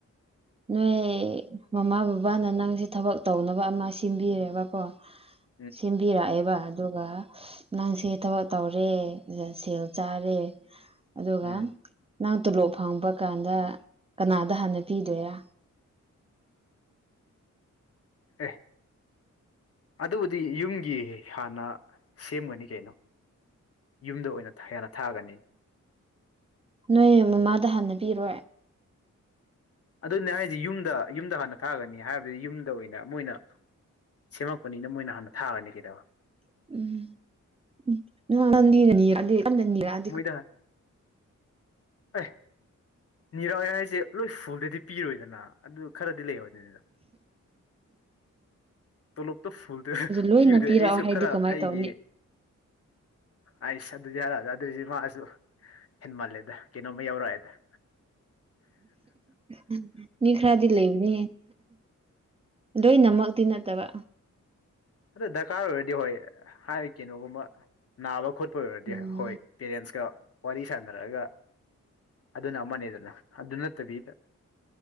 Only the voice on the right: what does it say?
ꯅꯣꯏ ꯃꯃꯥ ꯕꯕꯥꯅ ꯅꯪꯁꯦ ꯊꯕꯛ ꯇꯧꯅꯕ ꯑꯃ ꯁꯤꯟꯕꯤꯔꯦꯕꯀꯣ
ꯁꯦꯝꯕꯤꯔꯛꯑꯦꯕ ꯑꯗꯨꯒ ꯅꯪꯁꯦ ꯊꯕꯛ ꯇꯧꯔꯦ ꯁꯦꯜ ꯆꯥꯔꯦ ꯑꯗꯨꯒ
ꯅꯪ ꯇꯣꯂꯣꯞ ꯐꯪꯕ ꯀꯥꯟꯗ ꯀꯅꯥꯗ ꯍꯥꯟꯅ ꯄꯤꯗꯣꯏꯔ
ꯅꯣꯏ ꯃꯃꯥꯗ ꯍꯥꯟꯅ ꯄꯤꯔꯣꯏ
ꯎꯝ ꯅꯅꯤ
ꯂꯣꯏꯅ
ꯄꯤꯔꯛꯑꯣ
ꯍꯥꯏꯗꯤ
ꯀꯃꯥꯏꯅ
ꯇꯧꯅꯤ
ꯎꯝ ꯃꯤ ꯈꯔꯗ ꯂꯩꯕꯅꯤ ꯂꯣꯏꯅꯃꯛꯇꯤ ꯅꯠꯇꯕ
ꯎꯝ